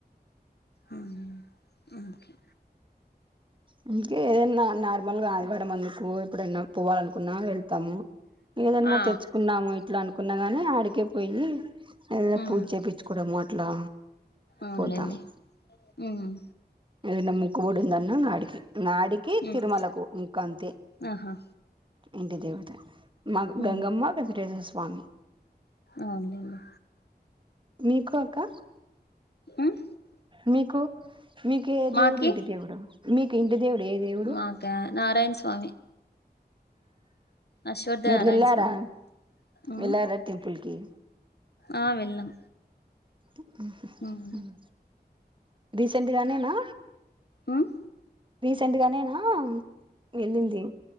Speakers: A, on the left; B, on the right.
A: అవునా అ ఓకే
B: అందుకే ఏదైనా నార్మల్గా ఆదివారం అనుకో ఇప్పుడన్నా పోవాలనుకున్నా వెళ్తాము ఏదన్నా
A: ఆ
B: తెచ్చుకున్నాము ఇట్లా అనుకున్నా గాని ఆడికే పోయి ఏదైనా
A: ఉమ్
B: పూజ చేపించుకోవడం అట్లా
A: అవునులేండి
B: పోతాము
A: ఉమ్
B: ఏదన్నా మొక్కుబడి ఉంద అన్నా ఆడికి నాడికి
A: ఉమ్
B: తిరుమలకు ఇంకా అంతే
A: ఆహా
B: ఉంది దేవత మ
A: ఉమ్
B: గంగమ్మ వెంకటేశ్వర స్వామి
A: అవునులేండి
B: మీకు అక్క
A: ఉమ్
B: మీకు మీకే
A: మాకి
B: దేవుడు ఇంటి దేవుడు మీకు ఇంటి దేవుడు ఏ దేవుడు
A: మాకా నారాయణ స్వామి అశ్వద్ధ
B: మరి
A: నారాయణ
B: వెళ్ళారా
A: స్వామి ఉమ్
B: వెళ్ళారా టెంపుల్కి
A: ఆ వెళ్ళాం
B: ఊహ్మ్
A: ఉమ్
B: హ్మ్ రీసెంట్గానేనా
A: ఉమ్
B: రీసెంట్ గానేనా వెళ్ళింది